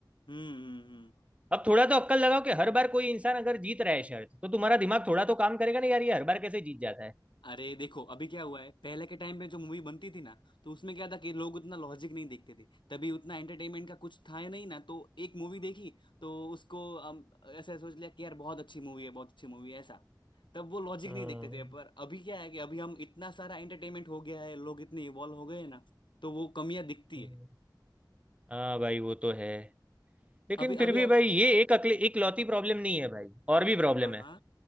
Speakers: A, on the left; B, on the right.
A: हम्म हम्म हम्म।
B: अब थोड़ा तो अक्कल लगाओ कि हर बार कोई इंसान अगर जीत रहा है शर्त तो तुम्हारा दिमाग थोड़ा तो काम करेगा ना यार ये हर बार कैसे जीत जाता है
A: अरे देखो अभी क्या हुआ है पहले के टाइम पे जो मूवी बनती थी ना तो उसमें क्या था कि लोग उतना लॉजिक नहीं देखते थे तभी उतना एंटरटेनमेंट का कुछ था ही नहीं ना तो एक मूवी देखी तो उसको हम ऐसा सोच लिया कि यार बहुत अच्छी मूवी है बहुत अच्छी मूवी है ऐसा तब वो लॉजिक
B: हम्म
A: नहीं देखते थे पर अभी क्या है कि अभी हम इतना सारा एंटरटेनमेंट हो गया है लोग इतने इवॉल्व हो गए हैं ना तो वो कमियां दिखती
B: हम्म।
A: है
B: हाँ भाई वो तो है लेकिन
A: अभी
B: फिर
A: अभी
B: भी
A: आप
B: भाई ये एक अकले एक लौती प्रॉब्लम नहीं है भाई और भी प्रॉब्लम
A: हाँ हाँ
B: है